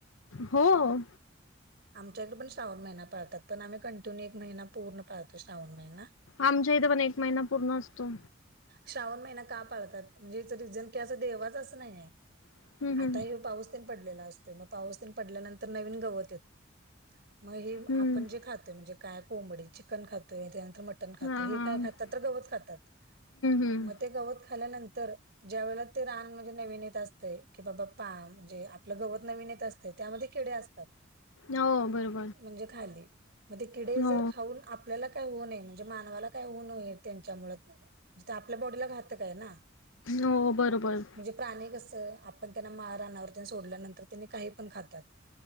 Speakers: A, on the left; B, on the right.
A: हो.
B: आमच्यांकडे पणं श्रावणं महिना पाळतांत पणं आम्हीं कंटिन्यू एक महिना पूर्ण पाळतो श्रावणं महिना.
A: आमच्या इथं पणं एक महिना पूर्ण असतो.
B: श्रावणं महिना कां पाळतांत म्हणजे हेचं रिझन कि असं देवाचं नाहीये.
A: हम्म
B: आंता
A: हम्म
B: हे पाऊस तेन पडलेला असतोय मंग पाऊस तेन पडल्यानंतर नवीन गवतं येतं मंग हे
A: हम्म
B: आपणं जे खातोय म्हणजे कायं कोंबडी चिकन खातोय त्यांनंतर मटंन नं खातो
A: हा
B: हे
A: हा
B: कायं
A: हम्म
B: खातांत तरं गवतं खातांत
A: हम्म
B: मंग ते गवतं खांल्यानंतर ज्यां वेळे ते रांन म्हणजे नवीन येतं असते की बाबां पा म्हणजे आपलं गवतं नवीन येतं असतं त्यांमध्ये किडे असतांत.
A: हो बरोबर.
B: म्हणजे खांली मंग ते किडे
A: हो,
B: जरं खाऊंन आप आपल्यांला कायं होऊं नये म्हणजे मानवांला कायं होऊ नये त्यांच्यामु आपल्या बॉडीला घातंक आहे नां.
A: हो बरोबर.
B: म्हणजे प्राणी कसं आपणं त्यांना माळां रानांवरती सोडल्यानंतर त्यांनी कांहीं पणं खातांत.